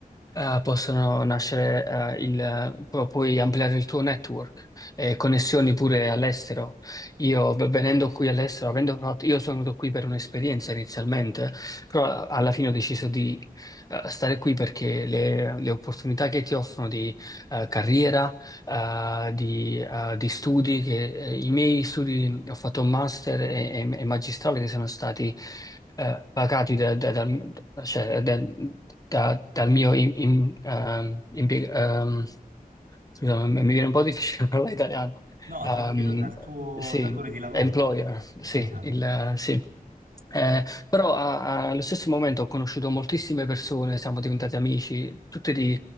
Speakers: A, on the left; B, on the right.
A: eh, possono nascere, eh, il, pu- puoi ampliare il tuo network e connessioni pure all'estero. Io v- venendo qui all'estero, avendo fatto, io sono venuto qui per un'esperienza inizialmente, però alla fine ho deciso di eh, stare qui perché le, le opportunità che ti offrono di eh, carriera eh, di, eh, di studi che eh, i miei studi, ho fatto un master e, e- e magistrale che sono stati eh, pagati da- da- dal, cioè, da- da- dal mio im- im- ehm, impie- ehm, Scusa, ma mi viene un po' difficile <laughs> parlare italiano.
B: No,
A: Ehm,
B: tranquillo, dal tuo
A: sì,
B: datore di lavoro.
A: employer, sì,
B: Esatto.
A: il, sì. Eh, però a- a- allo stesso momento ho conosciuto moltissime persone, siamo diventati amici, tutte di